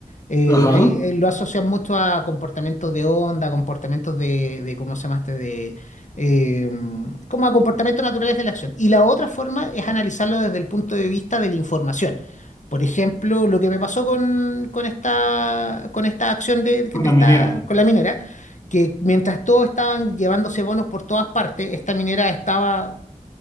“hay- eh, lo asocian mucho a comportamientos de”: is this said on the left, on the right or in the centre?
Left